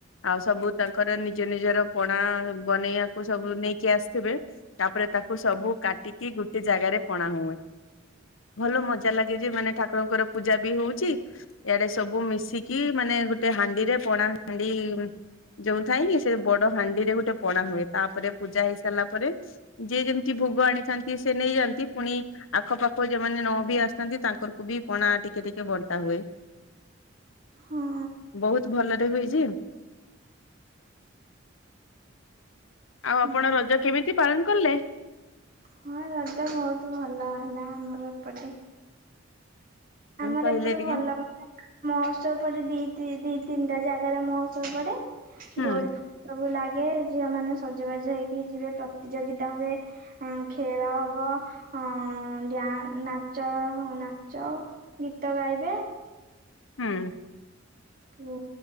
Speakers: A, on the left; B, on the right.
A: ଆଉ ସବୁ ତାଙ୍କର ନିଜ ନିଜର ପଣା ବନେଇବାକୁ ସବୁ ନେଇକି ଆସିଥିବେ। ତାପରେ ତାକୁ ସବୁ କାଟିକି ଗୋଟେ ଜାଗାରେ ପଣା ହୁଏ। ଭଲ ମ ଜା ଲାଗେଜେ ମାନେ ଠାକୁରଙ୍କର ପୂଜା ବି ହୋଉଚି। ଇଆଡେ ସବୁ ମିଶିକି ମାନେ ଗୋଟେ ହାଣ୍ଡିରେ ପଣା ହାଣ୍ଡି ଯୋଉ ଥାଇଁ କି ସେ ବଡ ହାଣ୍ଡିରେ ଗୋଟେ ପଣା ହୁଏ। ତାପରେ ପୂଜା ହେଇସାରିଲା ପରେ ଯିଏ ଯେମିତି ଭୋଗ ଆଣିଥାନ୍ତି ସେ ନେଇଯାଆନ୍ତି। ପୁଣି ଆଖପାଖ ଯୋଉମାନେ ନ ବି ଆସି ଚନ୍ତି ତାଙ୍କରକୁ ବି ପଣା ଟିକେ ଟିକେ ବଣ୍ଟା ହୁଏ।
B: ହଁ
A: ବୋହୁତ ଭଲରେ ହୁଏ ଯେ ଆଉ ଆପଣ
B: ହଁ
A: ରଜ କେମିତି ପାଳନ କଲେ?
B: ହଁ ରଜ ବୋହୁତ ଭଲ ହେଲା ଆମର ଏପଟେ।
A: ହୁଁ
B: ଆମର
A: କହିଲେ
B: ଏପଟେ
A: ଟିକେ
B: ଭଲ ମହୋତ୍ସବ ପଡେ ଦି ଦି ତିନିଟା ଜାଗାରେ ମହୋତ୍ସବ ପଡେ
A: ହୁଁ।
B: ଦୋଳି ସବୁ ଲାଗେ। ଝିଅ ମାନେ ସଜବାଜ ହେଇକି ଯିବେ ପ୍ରତିଯୋଗିତା ହୁଏ। ହଁ ଖେଳ ହବ ହଁ ଡ୍ୟା ନାଚ ନାଚ ଗୀତ ଗାଇବେ
A: ହୁଁ।
B: ଓ